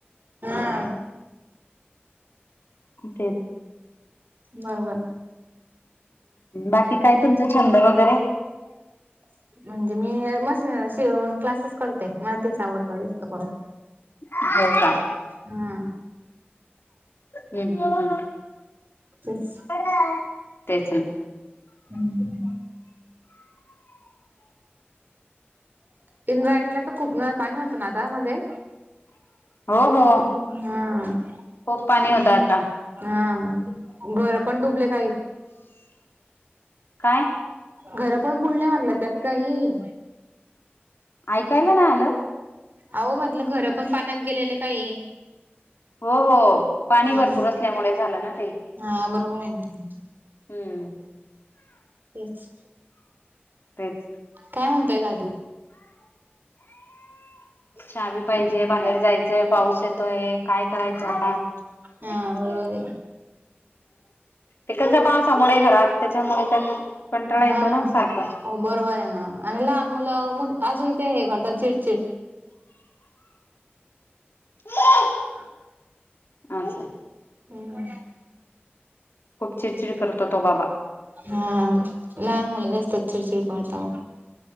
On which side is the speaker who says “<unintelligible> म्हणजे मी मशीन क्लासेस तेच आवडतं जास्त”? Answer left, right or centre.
Right